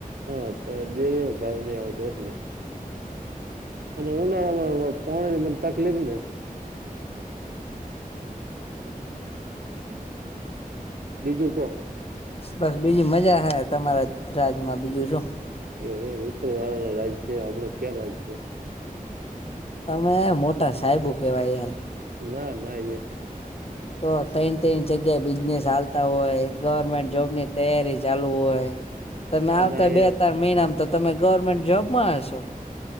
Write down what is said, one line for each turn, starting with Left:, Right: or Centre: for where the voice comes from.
Right: હા, બે ભાવ નઈ આવતો એટલે. અને ઉનાળામાં પાણી ની મને તકલીફ ને બીજું કો.
Left: બસ, બીજી મજા હ, તમારા રાજમાં બીજું શું?
Right: એવ હવે ઉપર વાળા નુ રાજ છે, આપણો ક્યાં રાજ છે.
Left: તમે મોટા સાહેબુ કેવાય યાર.
Right: ના, ના.
Left: તો થન તન જગ્યાએ બિઝનેસ ચાલતા હોય, ગવર્મેન્ટ જોબ ની તૈયારી ચાલુ હોય. તમે
Right: ના
Left: આવતાય
Right: ના યાર
Left: બે તણ મહિનામાં તો, તમે ગવર્મેન્ટ જોબમાં હશો.